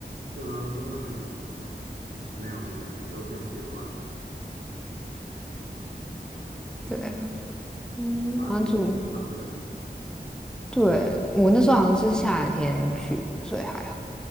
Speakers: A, on the right (about 75°); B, in the centre.
A: 对啊，真的很远，真的没有很想去，都用电话处理。对，
B: <laughs> 对啊，嗯，
A: 马祖冬天蛮冷哦，
B: 马祖。对，我那时候好像是夏天去，所以还好。